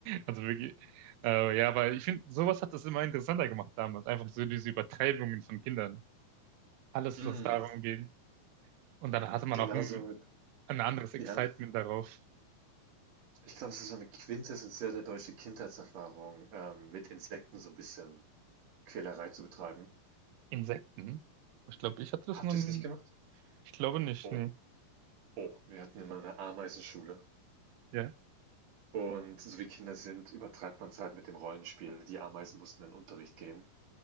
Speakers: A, on the right (about 80°); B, on the right (about 60°).
A: Also wirklich. Äh, ja, aber ich finde, sowas hat das immer interessanter gemacht damals. Einfach so diese Übertreibungen von Kindern. Alles,
B: mm.
A: was darum geht. Und dann hatte man
B: Genauso
A: auch ein,
B: mit,
A: ein anderes Excitement
B: ja,
A: darauf.
B: ich glaube, es ist so eine quintessentielle deutsche Kindheitserfahrung, ähm, mit Insekten so ein bisschen Quälerei zu betreiben.
A: Insekten. Ich glaube, ich hatte das
B: Habt
A: nun.
B: ihr es nicht gemacht?
A: Ich glaube nicht,
B: Oh,
A: nee.
B: oh, wir hatten immer eine Ameisenschule.
A: Ja.
B: Und so wie Kinder sind, übertreibt man es halt mit dem Rollenspiel. Die Ameisen mussten in den Unterricht gehen.